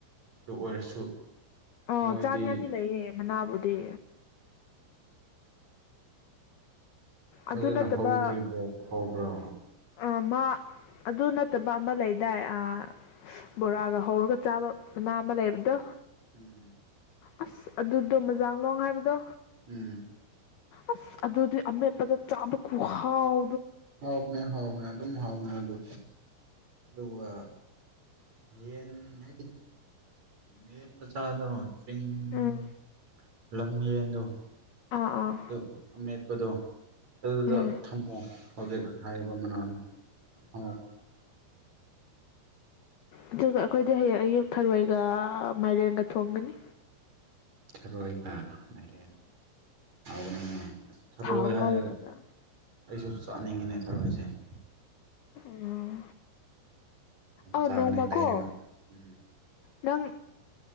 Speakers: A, on the right (about 35°); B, on the left (about 65°).
A: ꯑꯗꯨ ꯑꯣꯏꯔꯁꯨ
B: ꯑꯥ
A: ꯃꯣꯏꯗꯤ
B: ꯆꯥꯅꯤꯡꯉꯗꯤ ꯂꯩꯌꯦ ꯃꯅꯥꯕꯨꯗꯤ
A: ꯐꯖꯅ
B: ꯑꯗꯨ ꯅꯠꯇꯕ
A: ꯍꯧꯗ꯭ꯔꯤꯕꯣ ꯍꯧꯕ꯭ꯔꯣ
B: ꯑꯥ ꯃꯥ ꯑꯗꯨ ꯅꯠꯇꯕ ꯑꯃ ꯂꯩꯗꯥꯏ ꯑꯥ ꯕꯣꯔꯥꯒ ꯍꯧꯔꯒ ꯆꯥꯕ ꯃꯅꯥ ꯑꯃ ꯂꯩꯕꯗꯣ
A: ꯎꯝ
B: ꯑꯁ ꯑꯗꯨꯗꯣ ꯃꯖꯥꯡꯂꯣꯡ ꯍꯥꯏꯕꯗꯣ
A: ꯎꯝ
B: ꯑꯁ ꯑꯗꯨꯗꯤ ꯑꯃꯦꯠꯄꯗ ꯆꯥꯕ ꯈꯨꯨꯍꯥꯎ
A: ꯍꯥꯎꯕꯅꯦ ꯍꯥꯎꯕꯅꯦ ꯑꯗꯨꯝ ꯍꯥꯎꯕꯅꯦ ꯑꯗꯨ ꯑꯗꯨꯒ ꯌꯦꯟ ꯍꯥꯏꯗꯤ ꯌꯦꯟ ꯃꯆꯥꯗꯣ <unintelligible>
B: ꯎꯝ
A: ꯂꯝꯌꯦꯟꯗꯣ
B: ꯑꯥ ꯑꯥ
A: ꯑꯗꯨ ꯑꯃꯦꯠꯄꯗꯣ ꯑꯗꯨꯗꯣ
B: ꯎꯝ
A: ꯊꯝꯃꯣ ꯍꯧꯖꯤꯛ ꯍꯥꯏꯔꯤꯕ ꯃꯅꯥꯗꯣ ꯌꯥꯝ ꯍꯥꯎꯕ
B: ꯑꯗꯨꯒ ꯑꯩꯈꯣꯏꯗꯤ ꯍꯌꯦꯡ ꯑꯌꯨꯛ ꯊꯔꯣꯏꯒ ꯃꯥꯏꯔꯦꯟꯒ ꯊꯣꯡꯒꯅꯤ
A: ꯊꯔꯣꯏꯒ ꯃꯥꯢꯔꯦꯟ ꯍꯧꯕꯅꯤꯅꯦ ꯑꯁ ꯊꯔꯣꯢ
B: ꯊꯥꯎ ꯉꯧꯔꯒ
A: ꯍꯥꯏꯔꯒ ꯑꯩꯁꯨ ꯆꯥꯅꯤꯡꯉꯤꯅꯦ ꯊꯔꯣꯏꯁꯦ
B: ꯎꯝ ꯑꯥ
A: ꯆꯥꯒꯅꯤ
B: ꯅꯣꯡꯃ
A: ꯂꯩꯔꯒ
B: ꯀꯣ
A: ꯎꯝ
B: ꯅꯪ